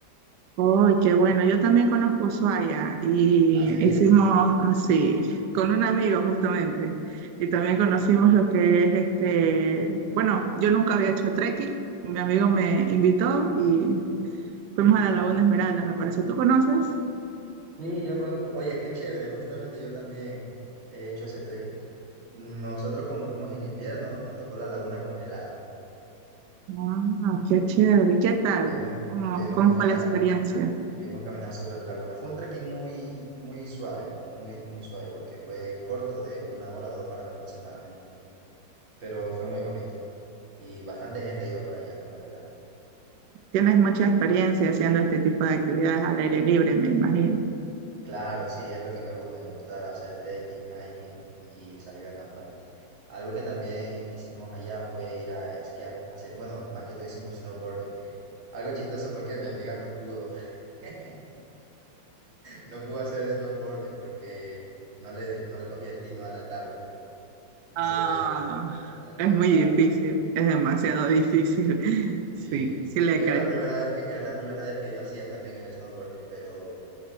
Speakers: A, on the right; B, on the right.
A: Uy, qué bueno. Yo también conozco Ushuaia y
B: Así has ido.
A: hicimos así, con un amigo justamente. Y también conocimos lo que es este, bueno, yo nunca había hecho trekking y mi amigo me invitó y fuimos a la Laguna Esmeralda, me parece. ¿Tú conoces?
B: Sí, yo conozco. Oye, qué chévere. Justamente yo también he hecho ese trekking. Nosotros como fuimos en invierno, nos tocó la laguna congelada.
A: Ah, qué chévere. ¿Y ¿Qué tal?
B: Pudimos,
A: ¿Cómo,
B: pudimos
A: cómo
B: caminar,
A: fue la experiencia?
B: pudimos caminar sobre la laguna. Fue un trekking muy, muy suave, muy, muy suave, porque fue corto de una hora o dos horas aproximadamente. Pero fue muy bonito. Y bastante gente iba para allá, la verdad.
A: Tienes mucha experiencia haciendo este tipo de actividades al aire libre, me imagino.
B: Claro, sí, es lo que me gusta. Me gusta hacer trekking, hiking y salir a acampar. Algo que también hicimos allá fue ir a esquiar, hacer, bueno, más que todo hicimos snowboarding. Algo chistoso fue que mi amiga no pudo, <laughs> no pudo hacer snowboarding porque no le, no le cogía el tino a la tabla, no
A: Ah,
B: se podía, no se podía levantar.
A: es muy difícil, es demasiado difícil. <laughs>
B: Sí,
A: Sí, sí le
B: era
A: creo.
B: la primera vez que, era la primera vez que yo hacía también el snowboarding, pero